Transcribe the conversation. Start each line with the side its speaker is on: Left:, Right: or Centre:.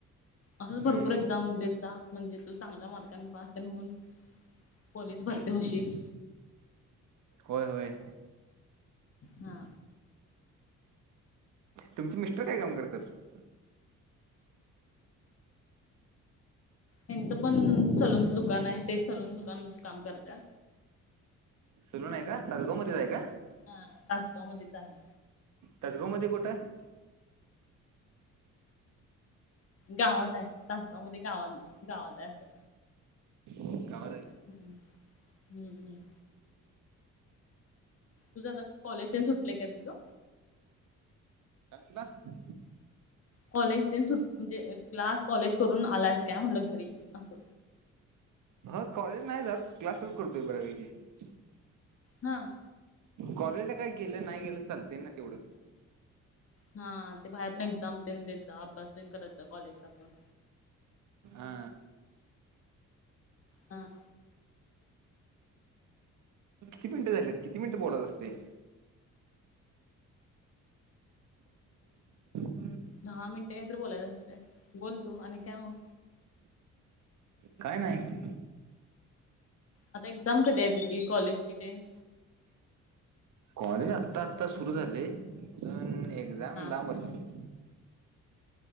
Left: असंच
Right: हम्म
Left: भरपूर एक्झाम देत जा. म्हणजे तू चांगल्या मार्काने पास तेन हून पोलीस भरती होशील.
Right: होय, होय.
Left: हा.
Right: तुमचे मिस्टर काय काम करत्यात?
Left: ह्याचं पण सलूनचं दुकान हाय. ते सलून दुकानामध्ये काम करत्यात.
Right: सलून हाय का, तासगाव मधेच हाय का?
Left: हा, तासगाव मध्येच आहे.
Right: तासगाव मध्ये कुठं?
Left: गावात हाय, तासगाव मध्ये गावात गावात हाय असं.
Right: गावात हाय काय?
Left: हं हम्म हम्म. तुझं आता, कॉलेज तेन सुटलं काय तुझं?
Right: काय म्हणला?
Left: कॉलेज तेन सु, म्हणजे क्लास, कॉलेज करून आलायस काय म्हणलं घरी असं.
Right: हं, कॉलेज नाही जात, क्लासच करतोय बऱ्यापैकी.
Left: हा
Right: कॉलेजला काय गेलं, नाही गेलं, चालतय ना तेवढं.
Left: हा... ते बाहेर पण एक्झाम तेन देत जा, अभ्यास पण करत जा कॉलेजचा पण
Right: हा
Left: हां
Right: किती मिनिटं झाल्यात किती मिनिटं बोलाच असते? <inaudible>
Left: दहा मिनिटे काहीतरी बोलायचं असतं बोल तू आणि काय मग?
Right: <inaudible> काय नाही.
Left: आता एक्झाम कधी आहे. तुझी कॉलेजची तेन
Right: कॉलेज आत्ता आत्ता सुरू झालंय पण एक जाम
Left: हा
Right: लांब असत.